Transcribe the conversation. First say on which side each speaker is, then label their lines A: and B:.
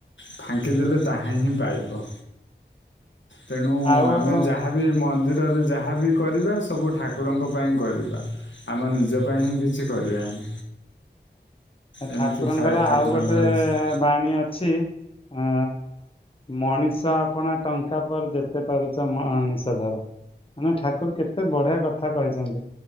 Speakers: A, on the left; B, on the left.
A: ଫାଙ୍କିଦେଲେ ତାହାହିଁ ପାଇବ। ତେଣୁ
B: ଆଉ
A: ଆମେ ଯା ଯାହାବି ମନ୍ଦିରରେ ଯାହାବି କରିବା ସବୁ ଠାକୁରଙ୍କ ପାଇଁ କରିବା ଆମ ନିଜ ପାଇଁ କିଛି କରିବାନି। ଏମିତି
B: ଠାକୁରଙ୍କର
A: ଥାଏ ଠାକୁରଙ୍କର
B: ଆଉ ଗୋଟେ
A: ବିଷୟ
B: ବାଣୀ ଅଛି ଅ ମଣିଷ ଆପଣ ଟଙ୍କା ପରେ ଯେତେ ପାରୁଛ ମଣିଷ ଧର ମାନେ ଠାକୁର କେତେ ବଢିଆ କଥା କହିଛନ୍ତି।